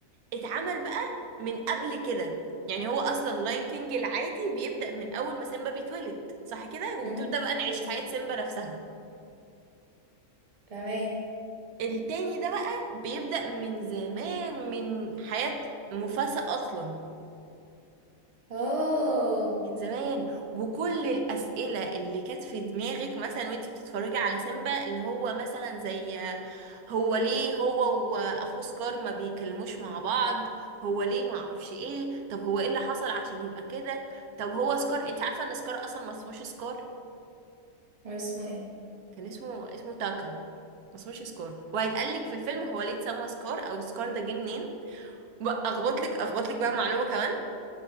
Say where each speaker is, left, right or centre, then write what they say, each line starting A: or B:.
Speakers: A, on the right (about 85°); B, on the right (about 25°).
A: اتعمل بقى من قبل كده يعني هو اصلا لاين كينج العادي بيبدأ من اول ما سيمبا بيتولد صح كده وبتبدأ
B: مم.
A: بقى نعيش
B: أيوة صح.
A: حياة سيمبا نفسها
B: تمام
A: التاني ده بقى بيبدأ من زمان من حياة مفاسا اصلا
B: اوه
A: من زمان وكل الأسئلة اللي كانت في دماغك مثلا وانتي بتتفرجي على سيمبا اللي هو مثلا زي هو ليه هو وأخوه سكار ما بيكلموش مع بعض هو ليه ما اعرفش ايه طب هو ايه اللي حصل عشان يبقى كده طب هو سكار انتي عارفة ان سكار اصلا ما اسموش سكار
B: هو اسمه ايه
A: كان اسمه اسمه تاكا ما اسموش سكار وهيتقال لك في الفيلم هو ليه اتسمى سكار او سكار ده جه منين بقى اخبط لك اخبط لك بقى معلومة كمان